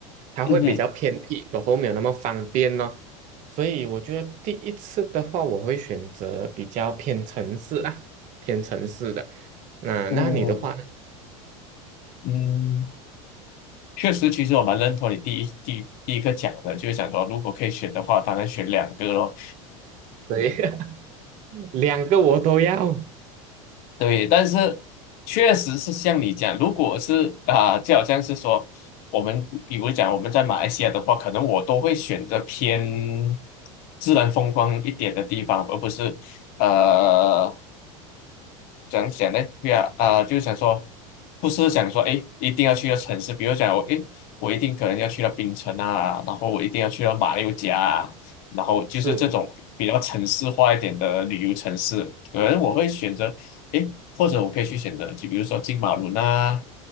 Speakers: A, on the right; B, on the left.
A: 它会比较偏僻，
B: 嗯哼，
A: 然后没有那么方便咯。所以我觉得第一次的话，我会选择比较偏城市啦，偏城市的。那那你的话呢
B: 嗯嗯，确实，其实我蛮认同你第一第第一个讲的，就是想说，如果可以选的话，当然选两个咯。
A: 对，<laughs> 两个我都要。
B: 对，但是确实是像你讲，如果是啊、就好像是说，我们比如讲我们在马来西亚的话，可能我都会选择偏自然风光一点的地方，而不是呃怎样讲呢？不要啊、就是想说，不是想说，哎，一定要去到城市，比如讲我，哎，我一定可能要去到槟城啊，然后我一定要去到马六甲啊，然后就是这种比较城市化一点的旅游城市，
A: 是
B: 可能我会选择，哎，或者我可以去选择，就比如说金马伦啊，